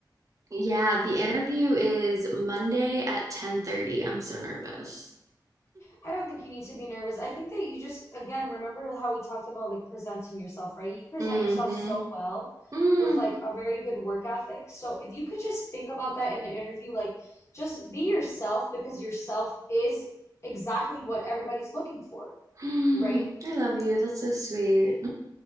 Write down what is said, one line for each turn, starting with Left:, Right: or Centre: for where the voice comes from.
Right: Yeah, the interview is Monday at 10:30. I'm so nervous.
Left: I don't think you need to be nervous. I think that you just, again, remember how we talked about like presenting yourself, right? You present
Right: Mhm.
Left: yourself so well
Right: Mm.
Left: with like a very good work ethic. So if you could just think about that in the interview, like just be yourself because yourself is exactly what everybody's looking for,
Right: <gasps> I
Left: right?
Right: love you. That's so sweet.